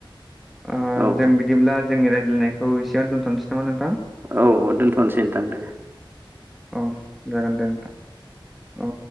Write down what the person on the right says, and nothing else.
औ
औ दोनथ'नोसै नोंथां दे।